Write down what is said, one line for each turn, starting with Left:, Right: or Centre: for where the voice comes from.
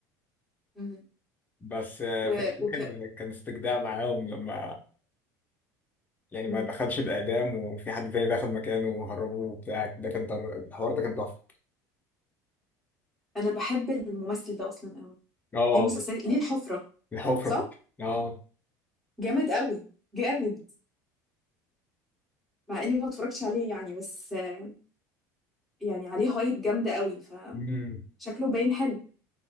Centre: مم.
Left: بس آه،
Centre: و...
Left: في الاخر
Centre: وك...
Left: كان استجداع معاهم لما يعني
Centre: مم.
Left: ما دخلش الاعدام وفي حد تاني دخل مكانه وهربوه وبتاع ده كان طر- الحوار ده كان تحفه
Centre: انا بحب الممثل ده اصلا قوي
Left: اه
Centre: ليه مسلسلات ليه الحفرة
Left: الحفرة
Centre: صح
Left: اه
Centre: جامد قوي جامد مع اني ما اتفرجتش عليه يعني بس آه، يعني عليه هايب جامدة قوي فشكله
Left: امم
Centre: باين حلو